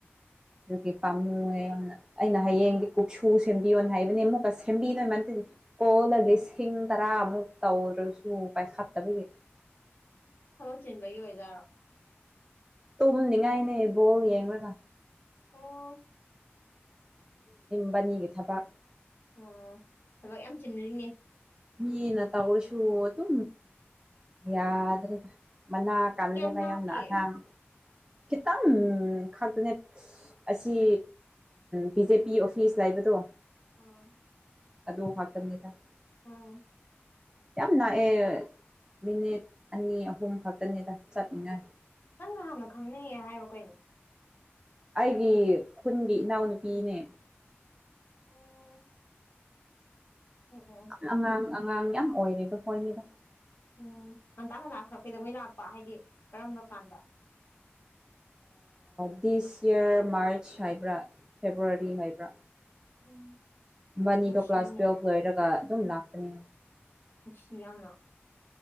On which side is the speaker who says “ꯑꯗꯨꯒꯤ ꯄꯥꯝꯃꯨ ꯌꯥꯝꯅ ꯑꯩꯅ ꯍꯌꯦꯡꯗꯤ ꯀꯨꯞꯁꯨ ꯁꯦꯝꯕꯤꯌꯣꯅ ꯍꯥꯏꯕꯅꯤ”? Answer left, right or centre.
Right